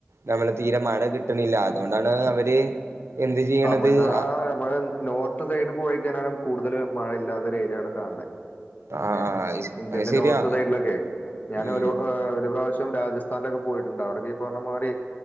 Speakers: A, on the right (about 80°); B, on the left (about 40°).
A: നമ്മള തീരെ മഴ കിട്ടണില്ല അതോണ്ടാണ് അവര് എന്ത് ചെയ്യണത്
B: തമിഴ്നാ
A: ആഹ്
B: അതേപോലെ നോർത്ത് സൈഡ് പോയി ക്കയ്ഞ്ഞാലാണ് കൂടുതല് മഴല്ലാത്തൊര് ഏരിയള് കാണ് ണെ
A: ആഹ്
B: ഏഹ് ഇന്ത്യന്റെ
A: അത് ശരിയാ
B: നോർത്ത് സൈഡിലൊക്കെ ഞാൻ
A: ഉം
B: ഒരു ഏഹ് ഒരു പ്രാവശ്യം രാജസ്ഥ സ്ഥാനിലൊക്കെ പോയിട്ടുണ്ട് അവടെ ജ് പർഞ്ഞ മാരി